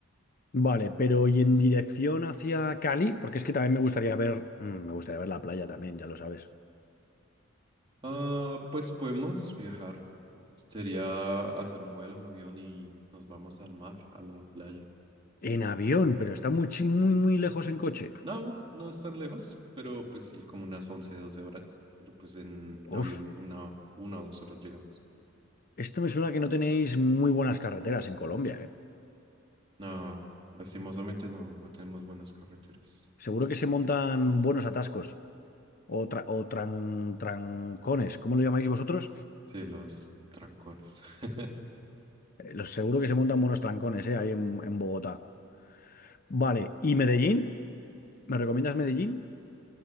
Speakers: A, on the left (about 40°); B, on the right (about 25°).
A: Vale, pero ¿y en dirección hacia Cali? Porque es que también me gustaría ver, mm, me gustaría ver la playa también, ya lo sabes.
B: Ah, pues podemos viajar. Sería hacer un vuelo, un avión y nos vamos al mar, a la playa.
A: En avión, pero está muy, chi- muy, muy lejos en coche.
B: No, no es tan lejos, pero pues sí, como unas 11 12 horas. Pero pues en
A: Uf,
B: avión una, una o dos horas llegamos.
A: esto me suena que no tenéis muy buenas carreteras en Colombia, ¿eh?
B: No, lastimosamente no, no tenemos buenas carreteras.
A: Seguro que se montan buenos atascos o, tra- o tran- trancones, ¿cómo lo llamáis vosotros?
B: Sí, los trancones. <laughs>
A: Eh, los- seguro que se montan buenos trancones, ¿eh? Ahí en, en Bogotá. Vale, ¿y Medellín? ¿Me recomiendas Medellín?